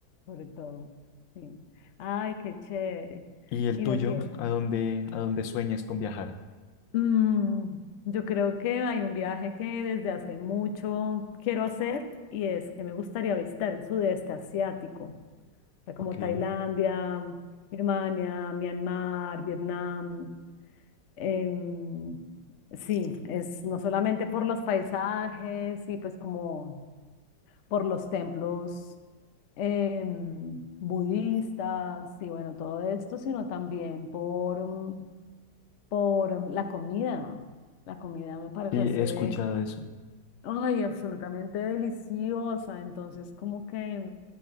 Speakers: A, on the left; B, on the left.
A: sobre todo. Sí. Ay, qué chévere.
B: ¿Y el
A: Y
B: tuyo?
A: no tiene.
B: ¿A dónde, a dónde sueñas con viajar?
A: Mm, yo creo que hay un viaje que desde hace mucho quiero hacer y es que me gustaría visitar el sudeste asiático. sea, como
B: Ok, sí,
A: Tailandia, Birmania, Myanmar, Vietnam. em, sí, es no solamente por los paisajes y pues como por los templos em, budistas y bueno, todo esto, sino también por, mm, por mm, la comida. La comida me parece,
B: he escuchado eso.
A: ay, absolutamente deliciosa. Entonces, como que